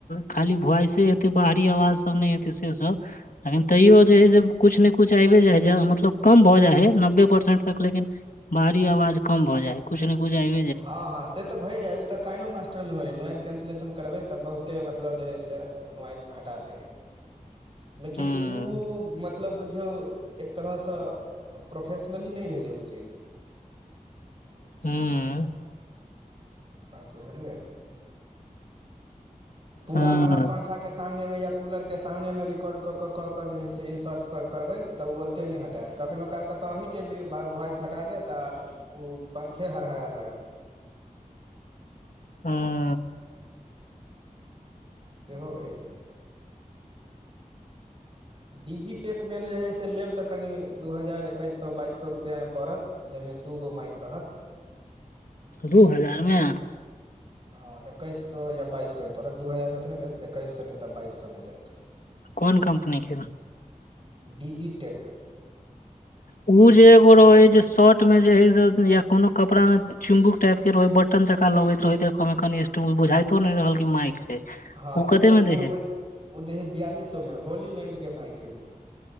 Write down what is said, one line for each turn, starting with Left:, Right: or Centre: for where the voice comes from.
Left: खाली वॉइसे एतै बाहरी आवाज सभ नै एतै से सब लेकिन तैयो जे है से कुछ न कुछ आइबै जा है मतलब कम भऽ जाइ हइ नब्बे परसेंट तक लेकिन बाहरी आवाज कम भऽ जाय है <unintelligible>
Right: हऽ हऽ से तऽ भऽ जाइ ओ तऽ कइनो मास्टरमे होइ है नुआइज कैंसलेशन करबै तऽ बहुते मतलब जे ह से ओ नुआज हटा दै है <inaudible> लेकिन
Left: हूँ
Right: उऽ मतलब। बुझियौ एक तरहसँ प्रोफेशनली नै भेलै ओ चीज।
Left: <unintelligible>
Right: बात बुझलिया पूरा
Left: हूँ
Right: अहाँ पंखा केँ सामने मे या कूलर केँ सामने में रिकॉर्ड कऽ कऽ कऽ जे है से इनसर्ट्स पर करबे तऽ उ ओते नै हटैत कखनो काल कऽ तऽ अही केँ भ वॉइस हटा देत तऽ उऽ पंखे हरहरै लागत
Left: <unintelligible>
Right: सेहो होइ है डिजीटेकमे जे ऐलै हे से लेब तऽ कनि दू हजार एकैस सौ बाइस सौ रुपैआ में पड़त जाइ में दू गो माइक रहत
Left: दू हजार में
Right: हँ एकैस सौ या बाइस सौ में परड़त दू हजार में तऽ नै देत एकैस सौ नै तऽ बाइस सौ मे देत
Left: कोन कम्पनी केँ
Right: डिजिटेक
Left: ऊ जे एगो रह हय जे शर्ट में जे हय से या कोनो कपड़ा मे चुमबुक टाइप कऽ रहे बटन जेका लगैत रहै देख मे कनी स्ट बुझाइतो नै रहल कि माइक है
Right: हँ
Left: उ कते
Right: तऽ उऽ
Left: में दै
Right: उऽ
Left: है
Right: ओ
Left: अ
Right: <inaudible> उदैहे बियालिस सौ में होली लैंड कें माइक है उऽ